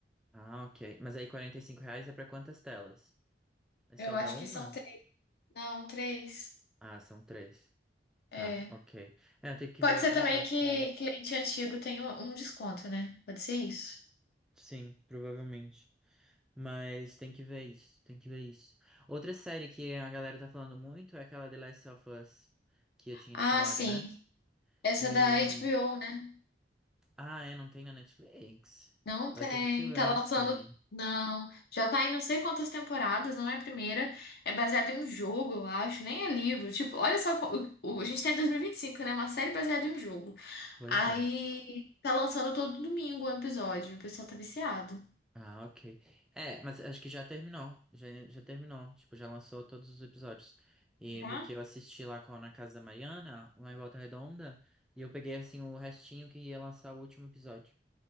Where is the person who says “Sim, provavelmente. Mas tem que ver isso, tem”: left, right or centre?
Centre